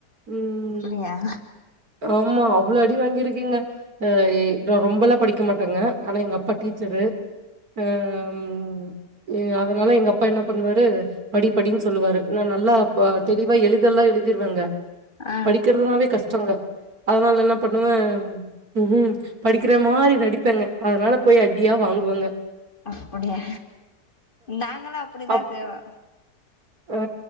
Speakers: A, on the right (about 60°); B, on the left (about 30°).
A: உம்
B: நிய்யா
A: ஆமா அவ்ளோ அடி வாங்கிருக்கங்க அ ஏ ரொம்பல்லா படிக்க மாட்டெங்க ஆனா எங்க அப்பா டீச்சரு அம் எ அதனால எங்கப்பா என்ன பண்ணுவாரு படிப்படின்னு சொல்லுவாரு இவ்ள நல்லா அப்ப தெளிவா எழுதெல்லா எழுதிர்வாங்க
B: ஆ
A: படிக்கறதுனாவே கஷ்டங்க அதனால என்ன பண்ணுவே உம் படிக்கிற மாரி நடிப்பெங்க அதனால போய் அடியா வாங்குவேங்க
B: அப்படியா நாங்கலு அப்படி தா
A: அப்
B: செய்வோ
A: ஆ